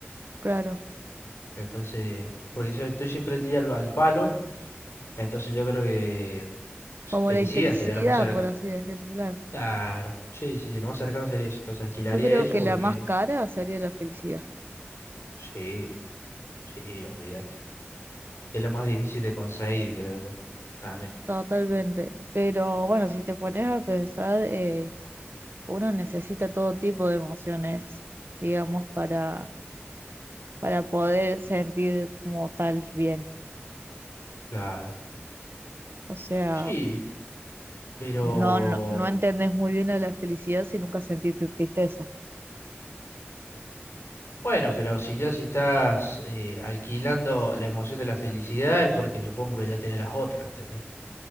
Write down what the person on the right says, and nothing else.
claro,
como
la intensidad,
por así decirlo, claro.
Yo creo
que
la más cara sería la felicidad,
totalmente. Pero bueno, si te pones a pensar, eh, uno necesita todo tipo de emociones, digamos, para, para poder sentir como tal bien.
O sea...
No, no, no entendés muy bien de la felicidad si nunca sentiste tristeza.